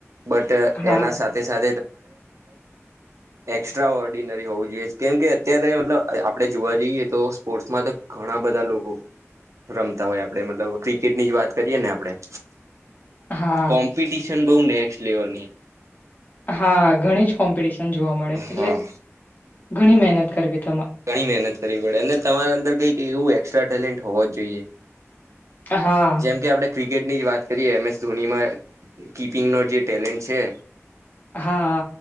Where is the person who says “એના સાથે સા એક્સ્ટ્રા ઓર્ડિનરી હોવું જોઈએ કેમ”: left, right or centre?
Right